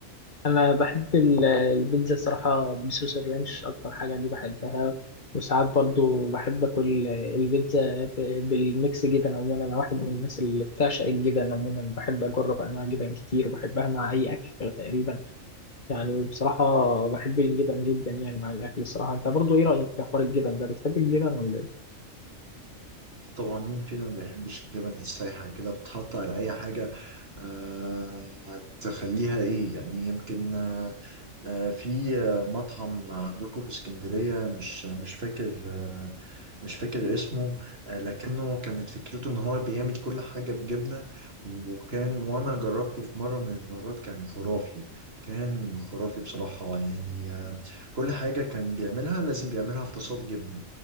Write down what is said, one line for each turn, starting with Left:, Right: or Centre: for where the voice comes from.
Left: انا بحب ال- البيتزا صراحه بصوص الرانش اكتر حاجه دي بحبها وساعات برضو بحب اكل البيتزا ب- بالميكس جبن عموما انا واحد من الناس اللي بتعشق الجبن عموما بحب اجرب انواع جبن كتير وبحبها مع اي اكل تقريبا يعني بصراحه بحب الجبن جدا يعني مع الاكل الصراحه انت برضو ايه رايك في حوار الجبن ده بتحب الجبن ولا ايه
Right: طبعا مين فينا ما بيحبش الجبن السايحة كده بتحط على أي حاجة آه تخليها إيه يعني يمكن آه آه، في آه، مطعم عندكم في اسكندرية مش مش فاكر آه مش فاكر اسمه آه لكنه كانت فكرته إن هو بيعمل كل حاجة بجبنة وكان وأنا جربته في مرة من المرات كان خرافي كان خرافي بصراحة يعني آه كل حاجة كان بيعملها لازم بيعملها في تصاد جبنة